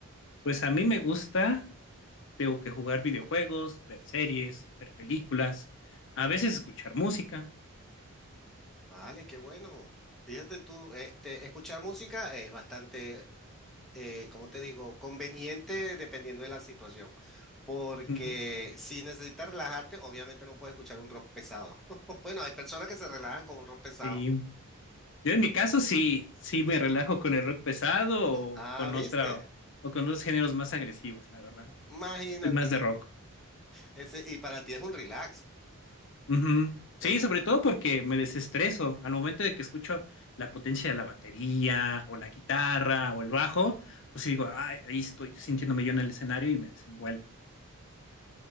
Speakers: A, on the left; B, in the centre.
A: pues a mí me gusta Tengo que jugar videojuegos, ver series, ver películas, a veces escuchar música.
B: Vale, qué bueno. Fíjate tú, este, escuchar música es bastante, eh, ¿cómo te digo? Conveniente dependiendo de la situación. Porque
A: Ujú.
B: si necesitas relajarte, obviamente no puedes escuchar un rock pesado. <laughs> Bueno, hay personas que se relajan con un rock pesado.
A: Sí. Yo en mi caso sí, sí me relajo con el rock pesado o
B: Ah,
A: con
B: ¿viste?
A: otra o con otros géneros más agresivos, la verdad.
B: Imagínate.
A: Soy más de rock.
B: Ese, y para ti es un relax.
A: Ujú. Sí,
B: Es bueno,
A: sobre todo porque me desestreso al momento de que escucho la potencia de la batería o la guitarra o el bajo, pues digo, "Ay, ahí estoy sintiéndome yo en el escenario y me desenvuelvo.